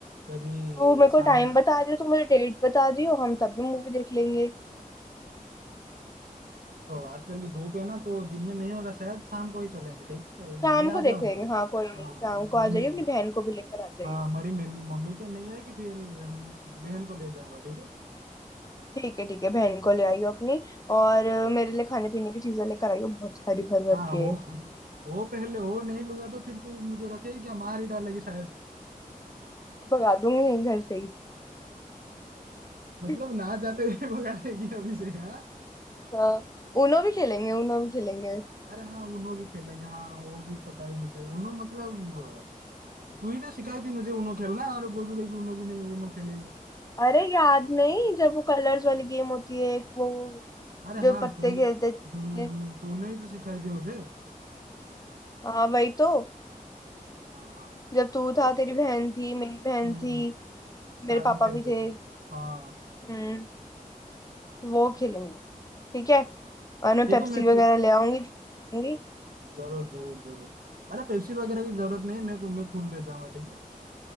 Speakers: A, on the right; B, on the left.
A: कभी
B: तू मेरे को
A: शाम
B: टाइम बता दियो तू मुझे डेट बता दियो हम तब भी मूवी देख लेंगे
A: ओ, आजकल की धूप है ना तो दिन में नहीं होगा शायद शाम को ही चलेंगे ठीक है
B: शाम
A: मैं आ
B: को देख
A: जाऊंगा
B: लेंगे हाँ कोई नहीं
A: हाँ
B: शाम
A: मम्मी
B: को आ जाइयो अपनी बहन को भी लेकर आ जाइयो
A: हाँ हमारी मे- मम्मी तो नहीं आएगी फिर हम बहन को ले जाऊंगा ठीक है
B: ठीक है ठीक है बहन को ले आइयो अपनी और अ, मेरे लिए खाने पीने की चीजें लेकर आइयो बहुत सारी भर भर
A: हाँ
B: के
A: वो वो पहले वो नहीं लूंगा तो फिर तू मुझे रखेगी क्या मार ही डालेगी शायद
B: भगा दूंगी यहीं घर से ही
A: मतलब
B: <laughs>
A: ना जाते हुए <laughs> भगा देगी अभी से हाँ
B: हाँ उनो भी खेलेंगे उनो भी खेलेंगे
A: अरे हाँ उनो भी खेलेंगे हाँ वो भी पता है मुझे उनो मतलब तू ही तो सिखाई थी मुझे उनो खेलना और बोल रही कि उनो भी नहीं उनो खेलेंगे
B: अरे याद नहीं जब वो कलर्स वाली गेम होती है एक वो
A: अरे
B: जो
A: हाँ
B: पत्ते
A: तूने
B: खेलते
A: हम्म
B: थे
A: हम्म, तूने ही तो सिखाई थी मुझे
B: हाँ वही तो
A: हाँ
B: जब तू था
A: तो,
B: तेरी बहन थी मेरी बहन
A: हम्म
B: थी
A: साथ
B: मेरे
A: में
B: पापा
A: खेलते
B: भी थे
A: थे हाँ
B: हम्म तो वो खेलेंगे ठीक है और मैं
A: ठीक
B: पेप्सी
A: है मैं
B: वगैरह
A: तु...
B: ले आऊंगी जो खाऊंगी।
A: जरूर जरूर जरूर अरे पेप्सी वगैरह की जरूरत नहीं है मैं मैं खुद ले जाऊंगा ठीक है